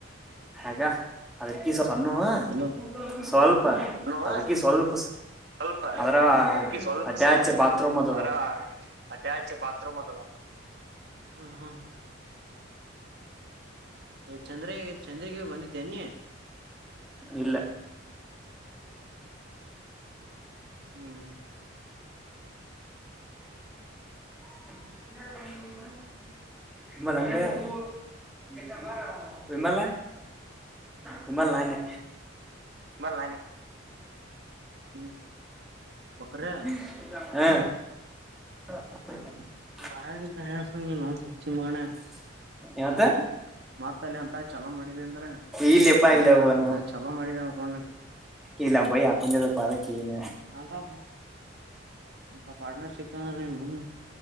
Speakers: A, in the centre; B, on the right.
A: ಹೆಂಗ್ ಅದಕಿ ಸಣ್ಣ
B: ಎಲ್ಲೋ
A: ಸ್ವಲ್ಪ
B: ನೋವ
A: ಅದಕಿ ಸ್ವಲ್ಪ
B: ಸ್ವಲ್ಪ
A: ಅದ್ರ
B: ಅದಕ್ಕೆ ಸ್ವಲ್ಪ
A: ಅಟ್ಯಾಚ್ ಬಾತ್ರೂಮ್ ಅದದ
B: ಅ್ರ ಅಟ್ಯಾಚ್ ಬಾತ್ ರೂಮ್ ಅದು. ಹ್ಮ್ ಹ್ಮ್ ಚಂದ್ರಿ ಚಂದ್ರಿಗ ಬಂದಿದ್ದ ಅನ್ನಿ.
A: ಇಲ್ಲ
B: ಹ್ಮ್ ಹ್ಮ
A: <inaudible> <unintelligible> ನಿುಮ್ಮಲ್ ನಾನೆ
B: ಹ್ಮ್ ಹ್ಮ್ ಬಕ್ರೆ
A: <unintelligible> ಹ್ಮ್ <inaudible>
B: <unintelligible> ಹುಚ್ಚು ಮಗನೆ
A: ಯಥೆ
B: ಮತ್ತ್ ಅಲ್ಲಿ ಅಂತ ಚಲೋ ಮಾಡಿದ ಅಂದ್ರ
A: ಇಲ್ಲಪ್ಪ ಇಲ್ಲ
B: <unintelligible>
A: ಅವನು
B: ಅಂತಾ ಚಲೋ ಮಾಡಿದ ನಿ
A: ಇಲ್ಲ ಬಯಿ ಹಾಕೊಂಜದಪ ಅದಕ್ಕ್ ಏನ್
B: ಅಂತಾ ಅಂತಾ ಪಾರ್ಟನರ್ ಶಿಕ್ಕಾರೆ ನಮ್